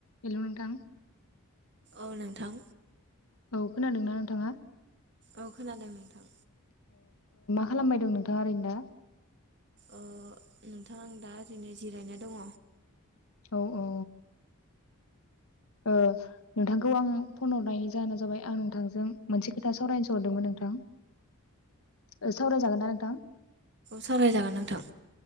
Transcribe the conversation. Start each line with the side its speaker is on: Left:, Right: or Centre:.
Left: हेल' नोंथां
Right: औ नोंथां
Left: औ खोनादों न नोंथाङा?
Right: औ खोनादों नोंथां
Left: खालामबायदं नोंथाङा ओरैनो दा?
Right: अ नोंथां आं दा ओरैनो जिरायना दङ
Left: औ औ अ ओ नोंथांखौ आं फन हरनायनि जाहोना जाबाय आं नोंथांजों मोनसे खोथा सावरायनोसो हरदोंमोन नोंथां ओ सावरायजागोन ना नोंथां
Right: सावरायजागोन नोंथां